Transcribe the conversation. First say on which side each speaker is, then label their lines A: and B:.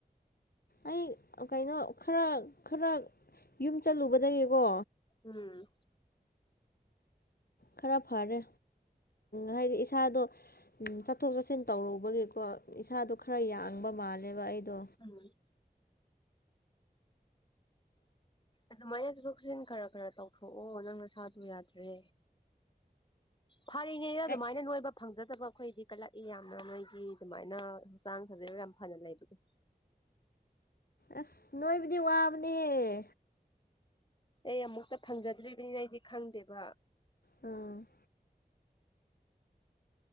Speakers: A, on the left (about 70°); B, on the left (about 30°).
A: ꯑꯩ ꯀꯩꯅꯣ ꯈꯔ ꯈꯔ ꯌꯨꯝ ꯆꯠꯂꯨꯕꯗꯒꯤꯀꯣ
B: ꯎꯝ
A: ꯈꯔ ꯐꯔꯦ ꯍꯥꯏꯗꯤ ꯏꯁꯥꯗꯣ ꯆꯠꯊꯣꯛ ꯆꯠꯁꯤꯟ ꯇꯧꯔꯨꯕꯒꯤꯀꯣ ꯏꯁꯥꯗꯣ ꯈꯔ ꯌꯥꯡꯕ ꯃꯥꯜꯂꯦꯕ ꯑꯩꯗꯣ
B: ꯎꯝ ꯑꯗꯨꯃꯥꯏꯅ ꯆꯠꯊꯣꯛ ꯆꯠꯁꯤꯟ ꯈꯔ ꯈꯔ ꯇꯧꯊꯣꯛꯑꯣ ꯅꯪ ꯅꯁꯥꯗꯨ ꯌꯥꯗ꯭ꯔꯦ ꯐꯔꯤꯅꯦ ꯑꯗꯨꯃꯥꯏꯅ
A: ꯀꯩ
B: ꯅꯣꯏꯕ ꯐꯪꯖꯗꯕ ꯑꯩꯈꯣꯏꯗꯤ ꯀꯜꯂꯛꯏ ꯌꯥꯝꯅ ꯅꯣꯏꯒꯤ ꯑꯗꯨꯃꯥꯏꯅ ꯍꯛꯆꯥꯡ ꯁꯥꯖꯦꯜ ꯌꯥꯝ ꯐꯅ ꯂꯩꯕꯗꯣ
A: ꯑꯁ ꯅꯣꯏꯕꯗꯤ ꯋꯥꯕꯅꯦꯍꯦ
B: ꯑꯩ ꯑꯃꯨꯛꯇꯥ ꯐꯪꯖꯗ꯭ꯔꯤꯕꯅꯤꯅ ꯑꯩꯗꯤ ꯈꯪꯗꯦꯕ
A: ꯎꯝ